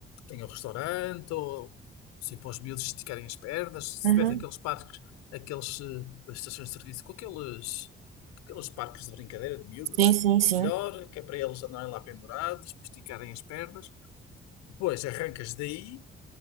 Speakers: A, on the left; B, on the right.
A: Tem o restaurante, ou assim, para os miúdos esticarem as pernas.
B: Uhum.
A: Se tivesse aqueles parques, aqueles eh, estações de serviço, com aqueles, com aqueles parques de brincadeira de miúdos,
B: Sim, sim, sim.
A: melhor, que é para eles andarem lá pendurados, para esticarem as pernas. Depois arrancas daí,